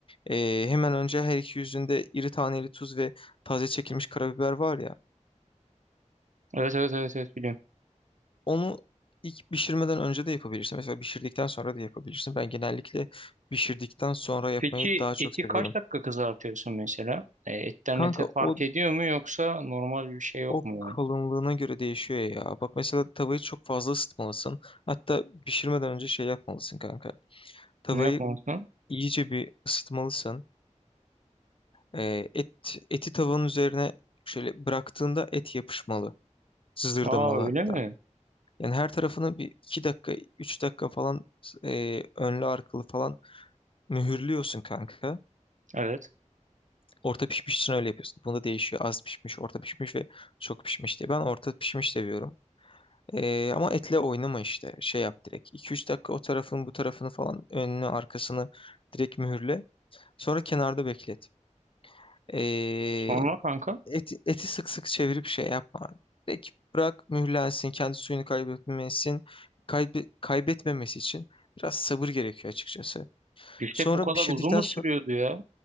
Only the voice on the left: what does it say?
e, hemen önce her iki yüzünde iri taneli tuz ve taze çekilmiş karabiber var ya.
Onu ilk pişirmeden önce de yapabilirsin. Mesela pişirdikten sonra da yapabilirsin. Ben genellikle pişirdikten sonra yapmayı
daha çok
seviyorum.
Kanka
o
O
kalınlığına
göre değişiyor ya. Bak mesela tavayı çok fazla ısıtmalısın. Hatta pişirmeden önce şey yapmalısın kanka. Tavayı
iyice bir ısıtmalısın. Ee, et eti tavanın üzerine şöyle bıraktığında et yapışmalı. Sızırdamalı
hatta.
Yani her tarafını bir 2 dakika, 3 dakika falan e, önlü arkalı falan mühürlüyorsun kanka.
Orta pişmiş için öyle yapıyorsun. Bunda değişiyor. Az pişmiş, orta pişmiş ve çok pişmiş diye. Ben orta pişmiş seviyorum. Ee, ama etle oynama işte. Şey yap direkt. 2 üç dakika o tarafın bu tarafını falan önünü arkasını direkt mühürle. Sonra kenarda beklet. Ee,
et, eti sık sık çevirip şey yapma. Direkt bırak mühürlensin. Kendi suyunu kaybetmesin. Kaybe- kaybetmemesi için biraz sabır gerekiyor açıkçası.
Sonra
pişirdikten
sonra